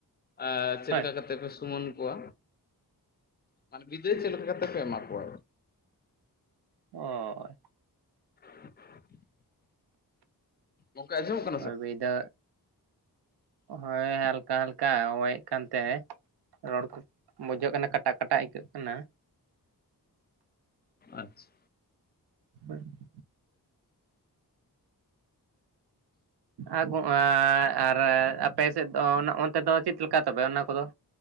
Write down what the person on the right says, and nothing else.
ᱦᱳᱭ
ᱚᱭ᱾
ᱦᱳᱭ ᱵᱟᱹᱭ ᱫᱚ ᱦᱳᱭ ᱦᱟᱞ ᱦᱟᱞᱠᱟ ᱦᱟᱞᱠᱟ ᱦᱚᱭᱮᱫ ᱠᱟᱱᱛᱮ ᱨᱚᱲ ᱠᱚ ᱵᱩᱡᱷᱟᱹᱜ ᱠᱟᱱᱟ ᱠᱟᱴᱟᱜ ᱠᱟᱴᱟᱜ ᱟᱹᱭᱠᱟᱹᱜ ᱠᱟᱱᱟ᱾
<unintelligible> ᱟ ᱜᱚ ᱟ ᱟᱨ ᱟᱯᱮ ᱥᱮᱫ ᱫᱚ ᱚᱱ ᱚᱱᱛᱮ ᱫᱚ ᱪᱮᱫ ᱞᱮᱠᱟ ᱛᱚᱵᱮ ᱚᱱᱟ ᱠᱚᱫᱚ?